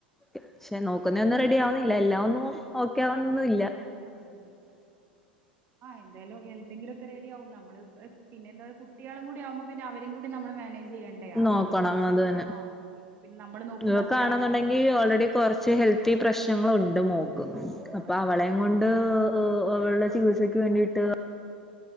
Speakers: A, in the centre; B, on the right (about 35°).
A: പക്ഷെ നോ- നോക്കുന്ന ഒന്നും റെഡി ആവുന്നില്ല എല്ലാ ഒന്നും ഓക്കെ ആവന്നില്ല
B: ഓക്കെ ആവണംന്നില്ല ആഹ് എന്താലും എന്തെങ്കിലുക്കെ റെഡി ആകും നമ്മള് പിന്നെ എന്താ കുട്ടികളും കൂടി ആവുമ്പോ പിന്നെ- അവരും കൂടെ നമ്മൾ മാനേജ് ചെയ്യണ്ടേ അവരത്
A: നോക്കണം
B: കുറച്ച്
A: അത് തന്നെ
B: ആഹ് പിന്നെ നമ്മള് നോക്കുന്ന
A: ആകാണന്നുണ്ടെങ്കി
B: അത്ര ആരും പറ്റൂല
A: ഓൾറെഡി കുറച്ച് ഹെൽത്- ഒത്തിരി പ്രശ്നങ്ങളുണ്ട് മോക്ക്
B: ആഹ്
A: അപ്പൊ
B: അത്
A: അവളെയം
B: ശരി
A: കൊണ്ട് അവള് ചികിത്സക്ക് വേണ്ടിയിട്ട്